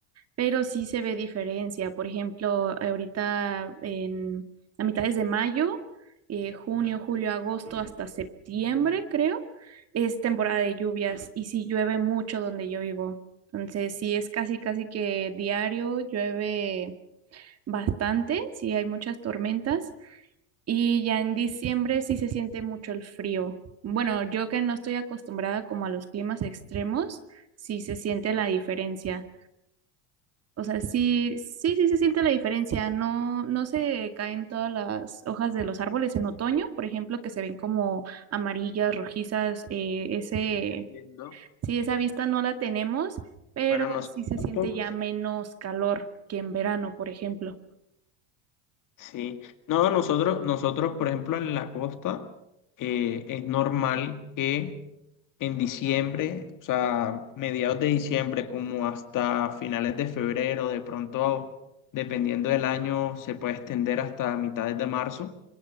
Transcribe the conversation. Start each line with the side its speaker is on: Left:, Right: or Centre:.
Right: pero sí se ve diferencia. Por ejemplo, ahorita en a mitades de mayo, eh, junio, julio, agosto hasta septiembre, creo, es temporada de lluvias y sí llueve mucho donde yo vivo. Entonces, sí es casi, casi que diario llueve. bastante, sí hay muchas tormentas y ya en diciembre sí se siente mucho el frío. Bueno, yo que no estoy acostumbrada como a los climas extremos, sí se siente la diferencia. O sea, sí, sí, sí se siente la diferencia. No, no se caen todas las hojas de los árboles en otoño, por ejemplo, que se ven como amarillas, rojizas. eh, ese,
Left: No Entiendo.
Right: sí, esa vista no la tenemos, pero
Left: Bueno, nosotros
Right: sí se
Left: tampoco.
Right: siente ya menos calor que en verano, por ejemplo.
Left: Sí. No, nosotros, nosotros, por ejemplo, en la costa, eh, es normal que en diciembre, o sea, mediados de diciembre, como hasta finales de febrero, de pronto, dependiendo del año, se puede extender hasta mitades de marzo,